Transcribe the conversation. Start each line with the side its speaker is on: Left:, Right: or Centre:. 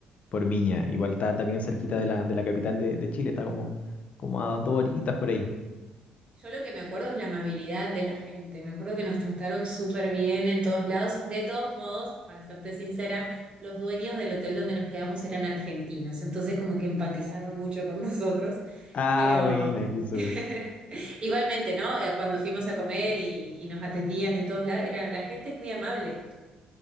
Left: por Viña. Igual está, está bien cerquita de la, de la capital de, de Chile, está como, como a dos horitas por ahí.
Right: Yo lo que me acuerdo es la amabilidad de la gente. Me acuerdo que nos trataron súper bien en todos lados. De todos modos, para serte sincera, los dueños del hotel donde nos quedamos eran argentinos. Entonces como que empatizaron mucho con nosotros.
Left: Ah,
Right: Pero
Left: buena, qué súper.
Right: <laughs> igualmente, ¿no? Eh, Cuando fuimos a comer y, y nos atendían en todos lados, era, la gente es muy amable.